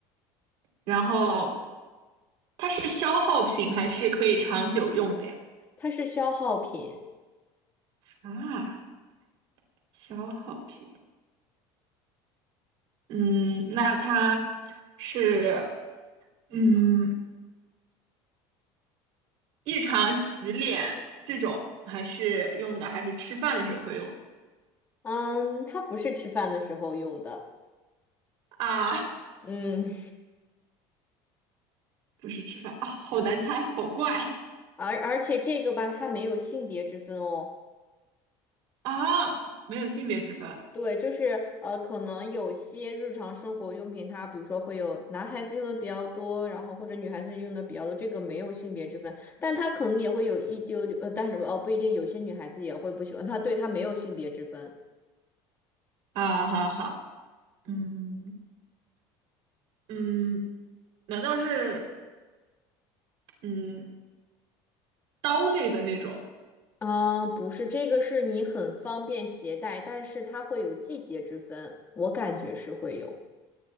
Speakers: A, on the right; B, on the left.
A: 然后它是消耗品还是可以长久用的呀？
B: 它是消耗品，
A: 啊，消耗品，嗯，那它是嗯日常洗脸这种还是用的，还是吃饭的时候会用的
B: 嗯，它不是吃饭的时候用的，
A: 啊？
B: 嗯，
A: 不是吃饭啊，好难猜，好怪
B: <laughs> 而而且这个吧，它没有性别之分哦。
A: 啊，没有性别之分
B: 对，就是呃，可能有些日常生活用品，它比如说会有男孩子用的比较多，然后或者女孩子用的比较多，这个没有性别之分，但它可能也会有一丢丢，呃，但是哦，不一定，有些女孩子也会不喜欢它，对，它没有性别之分。
A: 啊，好好，嗯嗯，难道是嗯刀类的那种
B: 啊，不是，这个是你很方便携带，但是它会有季节之分，我感觉是会有。